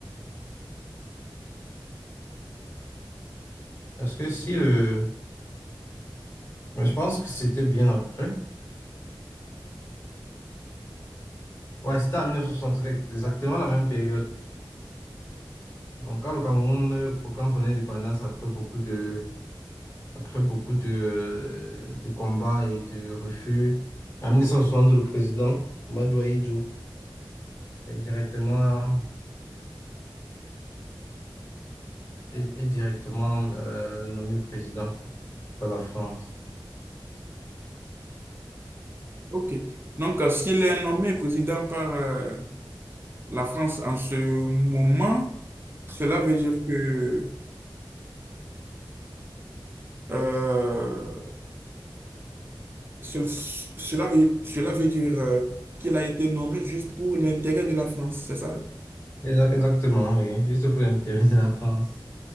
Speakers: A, on the left; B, on the right.
A: parce que si le... Mais je pense que c'était bien après. Ouais, c'était en 1973, exactement la même période. Donc, quand le Cameroun euh, proclame son indépendance après beaucoup de, après beaucoup de, euh, de combats et de refus, en 1960 le président, Madoua Idjo, est directement, est, est directement euh, nommé président par la France.
B: Ok. Donc, euh, s'il est nommé président par euh, la France en ce moment, cela veut dire que euh, Ce- ce- Cela veut, cela veut dire euh, qu'il a été nommé juste pour l'intérêt de la France, c'est ça?
A: Exa- Exactement, oui. Juste pour l'intérêt de la France.